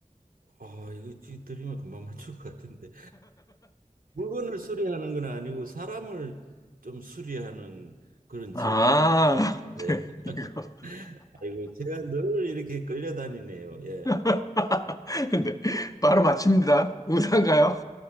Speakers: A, on the right (about 80°); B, on the left (about 25°).
A: 아, 이거 지- 드리면 금방 맞출 것 같은데. 물건을 수리하는 건 아니고 사람을 좀 수리하는 그런 직업입니다.
B: 아, <laughs>
A: 예.
B: 네, 이거.
A: <laughs> 아이고, 제가 늘 이렇게 끌려다니네요. 예.
B: <laughs> 네, 바로
A: 예.
B: 맞춥니다. 우산가요?